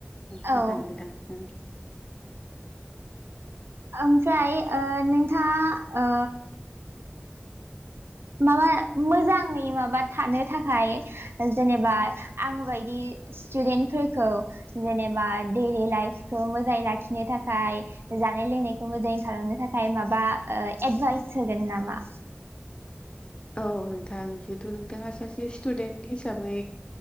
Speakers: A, on the left (about 25°); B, on the right (about 70°).
A: मोजां
B: औ
A: नोंथां ओ।
B: ओमफ्राय ओ नोंथाङा ओ माबा मोजाङै माबा थानो थाखाय जेनेबा आं बायदि स्टुदेन्टफोरखौ जेनेबा दैइलि लाइफखौ मोजाङै लाखिनो थाखाय जानाय लोंनायखौबो जयन खालामनो थाखाय माबा ओ एडभाइस होगोन नामा।
A: औ नोंथां जिहेथु नोंथाङा सासे स्टुदेन्ट हिसाबै